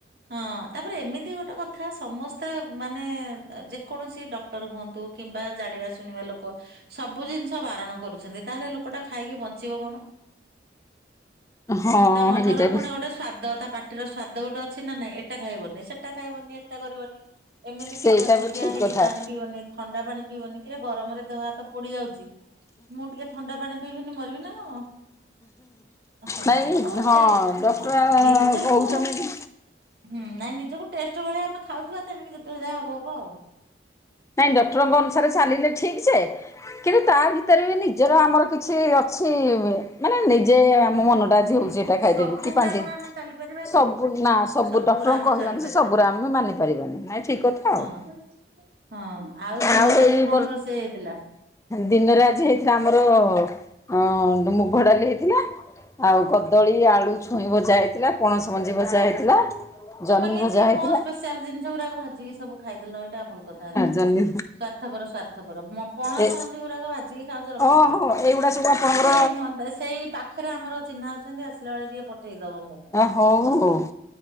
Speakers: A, on the right; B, on the left.
A: ହଁ ତାପରେ ଏମିତି ଗୋଟେ କଥା ସମସ୍ତେ ମାନେ ଯେକୌଣସି ଡକ୍ଟର ହୁଅନ୍ତୁ। କିମ୍ବା ଜାଣିବା ଶୁଣିବା ଲୋକ। ସବୁ ଜିନିଷ ବାରଣ କରୁଛନ୍ତି ତାହେଲେ ଲୋକଟା ଖାଇକି ବଞ୍ଚିବ କଣ?
B: ହଁ
A: ତା ମନର
B: ହେଇଟା
A: ପୁଣି
B: ବି
A: ଗୋଟେ ସ୍ଵାଦ ତା ପାଟିର ସ୍ଵାଦ ଗୋଟେ ଅଛି ନା ନାଇଁ ଏଟା ଖାଇବନି ସେଟା ଖାଇବନି ଏଟା କରିବନି। ଏମିତି
B: ସେଇଟା
A: ପିଇବନି
B: ବି
A: ଠିଆ
B: ଠିକ
A: ହେଇକି
B: କଥା
A: ପାଣି ପିଇବନି ଥଣ୍ଡା ପାଣି ପିଇଵନି କିରେ ଗରମରେ ଦେହ ହାତ ପୋଡିଯାଉଛି। ମୁଁ ଟିକେ ଥଣ୍ଡା ପାଣି ପିଇବିନି ମରିବି ନା କଣ। ହଁ
B: ନାଇଁ ହଁ
A: ତେଣ
B: ଡକ୍ଟର
A: ହଁ ନିଜକୁ
B: କହୁଛନ୍ତି
A: ହୁଁ ନାଇଁ ନିଜକୁ ଟେଷ୍ଟ ଭଳି ଆମେ ଖାଉଥିବା ତେଣିକି ଯେତେବେଳେ ଯାହା ହବ ହବ ଆଉ।
B: ନାଇଁ ଡକ୍ଟରଙ୍କ ଅନୁସାରେ ଚାଲିଲେ ଠିକ୍ ସେ କିନ୍ତୁ ତା ଭିତରେ ବି ନିଜର ଆମର କିଛି ଅଛି। ସେିବ <inaudible> ନିଜେ
A: ହୁଁ
B: ଆମ ମନ ଟା ଆଜି
A: ହୁଁ
B: ହଉଛି ଏଇଟା ଖାଇଦେବି
A: ସବୁ
B: କି
A: ଗୁରା
B: ପାନ୍ତିୁ
A: କଣ ଆମେ ଚାଲିପାରିବା କି?
B: ସବୁ
A: ସବୁ
B: ଡକ୍ଟର
A: ଗୁରା ଆମେ
B: କହିବାନି
A: ଚାଲି ପାରିବାନି
B: ସେ ସବୁ ଆମେ ମାନି ପାରିବାନି ନାଇଁ ଠିକ କଥା
A: ହଁ
B: ଆଉ।
A: ହଁ ଦିନରେ
B: ଆଉ ଏଇ
A: ଆଜି କଣ
B: ବ
A: ରୋଷେଇ ହେଇଥିଲା
B: ଦିନରେ ଆଜି ହେଇ ଏଇଟା ଆମର ଅ ମୁଗଡାଲି ହେଇଥିଲା। ଆଉ କଦଳୀ ଆଳୁ ଛୁଇଁ ଭଜା ହେଇଥିଲା ପଣସ ମଞ୍ଜି ଭଜା ହେଇଥିଲା। ଜହ୍ନି
A: ତମେ କେମତି
B: ଭଜା ହେଇଥିଲା
A: ମୋ ସ୍ପେଶଆଲ ଜିଷ ଗୁଡାକୁାଜିକି ସବୁ ଖାଇଦେଲ ଏଇଟା ଭଲଥା ହୋନଣି।
B: ଜହ୍ନି
A: ସ୍ଵାର୍ଥପର ସ୍ଵାର୍ଥପର ପଣସ
B: ଏ
A: ମଞ୍ଜି ଗୁଡାକ ଭାଜିକି ଖାଉଛ ରଖିଦିବ।
B: ଓହୋ ଏଇଗୁଡ଼ା ସବୁ ଆପଣଙ୍କର
A: ପଠେଇ ସେଇ ପାଖ ପାଖରେ ଆମର ଚିହ୍ନା ଅଛନ୍ତି ଆସିଲା ବେଳେ ଟିକେ ପଠେଇ ଦବ ମୋ ପାଇଁ
B: ହଉ ହଉ।
A: କଣ ସମ।